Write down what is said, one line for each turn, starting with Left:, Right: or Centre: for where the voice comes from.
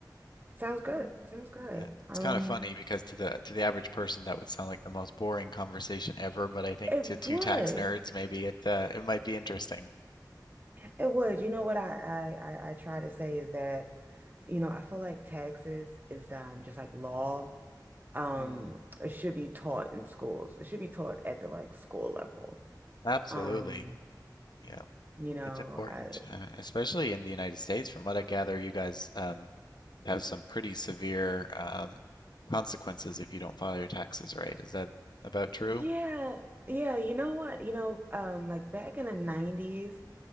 Right: Sounds good. Sounds good.
Left: Uh,
Right: Um,
Left: It's kind of funny because to the to the average person that would sound like the most boring conversation ever, but I think
Right: it
Left: to two
Right: would.
Left: tax nerds maybe it uh, it might be interesting.
Right: It would. You know what I I I, I try to say is that, you know, I feel like taxes is um just like law. Um,
Left: Mm,
Right: it should be taught in schools. It should be taught at the like school level.
Left: absolutely.
Right: Um
Left: Yeah,
Right: You know,
Left: it's important,
Right: I
Left: uh, especially in the United States. From what I gather, you guys um, have some pretty severe um, consequences if you don't file your taxes right. Is that about true?
Right: yeah, yeah, you know what? You know, um like back in the 90s,